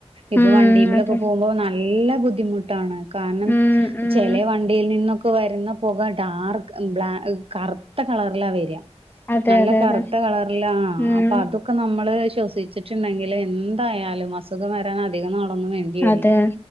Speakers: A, on the right; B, on the left.
A: ഇപ്പൊ
B: ഉം
A: വണ്ടീമ്മിലൊക്കെ
B: അതെ
A: പോവുമ്പോ ന ല്ല ബുദ്ധിമുട്ടാണ് കാരണം
B: ഉം ഉം
A: ചെല വണ്ടിയിൽ നിന്നൊക്കെ വരുന്ന പൊക ഡാർക്ക് ബ്ലാ മം കറുത്ത കളറിലാ വരിയ
B: അതെ
A: നല്ല
B: അതെ
A: കറുത്ത
B: അതെ
A: കളറിലാ
B: ഉം
A: അപ്പൊ അത് ക്കെ നമ്മള് ശ്വസിച്ചിട്ടുണ്ടെങ്കില് എന്തായാലും അസുഖം വരാൻ അധികം നാളൊന്നും വേ ണ്ടി വരില്ല
B: അതെ